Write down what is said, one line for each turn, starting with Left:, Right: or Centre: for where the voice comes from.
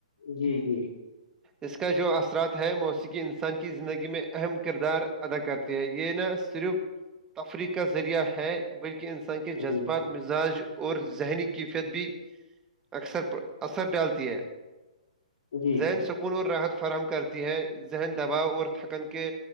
Left: جی جی
Right: اس کا جو اثرات ہے موسیقی انسان کی زندگی میں اہم کردار ادا کرتی ہے یہ نہ صرف تفریح کا ذریعہ ہے بلکہ انسان کہ جذبات
Left: جی
Right: مزاج اور ذہنی کیفیت بھی اکثر اثر ڈالتی ہے
Left: جی جی
Right: ذہن سکون اور راحت فراہم کرتی ہے ذہن دباؤ اور تھکن کے